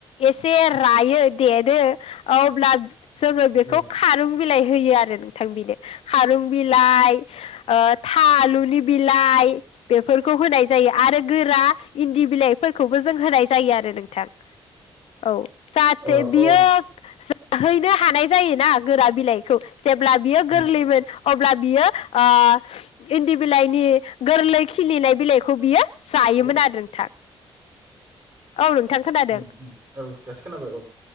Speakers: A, on the left; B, on the right.
A: एसे रायो देरो अब्ला जोंङो बेखौ
B: औ
A: खारुं बिलाइ होयो आरो नोंथां बिनो खारुं बिलाइ ओ था आलुनि बिलाइ बेफोरखौ होनाय आरो गोरा इन्दि बिलाइफोरखौबो जों होनाय जायो आरो नोंथां औ जाहाथे
B: औ
A: बियो
B: औ
A: हैनो हानाय जायोना गोरा बिलाइखौ जेब्ला बियो गोरलैमोन
B: औ
A: अब्ला बियो ओ इन्दि बिलाइनि गोरलै खिनिनाय बिलाइ खौ बियो जायोमोन
B: हेलौ
A: आरो नोंथां। औ नोंथां खोनादों
B: ओम-ओम औ दासो खोनाबो औ।